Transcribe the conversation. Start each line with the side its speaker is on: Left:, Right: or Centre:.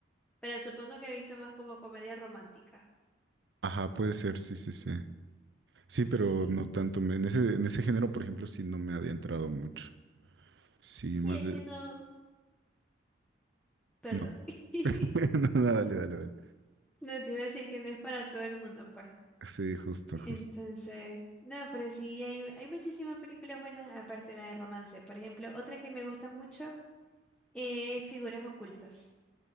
Centre: pero supongo que he visto más como comedia romántica.
Right: Ajá, puede ser, sí, sí, sí. Sí,
Centre: Sí,
Right: pero no tanto. me- En ese, en ese género, por ejemplo, sí no me ha adentrado mucho. Sí,
Centre: sí,
Right: más
Centre: es
Right: de...
Centre: que no, perdón.
Right: No,
Centre: <laughs>
Right: <laughs> no, no, dale, dale, dale.
Centre: No te iba a decir que no es para todo el mundo, pues.
Right: Sí, justo,
Centre: Entonces,
Right: justo.
Centre: no, pero sí, hay, hay muchísimas películas buenas, aparte de la de romance. Por ejemplo, otra que me gusta mucho es Figuras Ocultas.